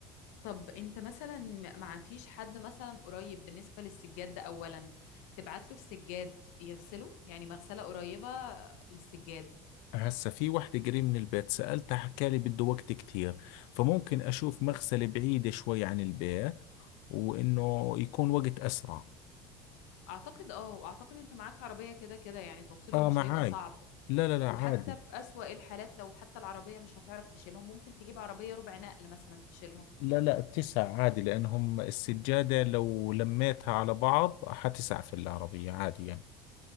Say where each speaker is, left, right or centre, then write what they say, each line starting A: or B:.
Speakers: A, on the left; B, on the left.
A: طب انت مثلا م- ما فيش حد مثلا قريب بالنسبة للسجاد ده اولا تبعت له السجاد يغسله يعني مغسلة قريبة للسجاد
B: هسا في وحدة قريب من البيت سألتها حكى لي بده وقت كتير فممكن أشوف مغسلة بعيدة شوي عن البيت وإنه يكون وقت أسرع
A: اعتقد اه واعتقد انت معاك عربية كده كده يعني توصيلهم
B: آه
A: مش
B: معاي
A: هيبقى صعب
B: لا لا لا
A: وحتى
B: عادي
A: في اسوأ الحالات لو حتى العربية مش هتعرف تشيلهم ممكن تجيب عربية ربع نقل مثلا تشيلهم
B: لا لا بتسع عادي لأنهم السجادة لو لميتها على بعض حتسع في العربية عادي يعني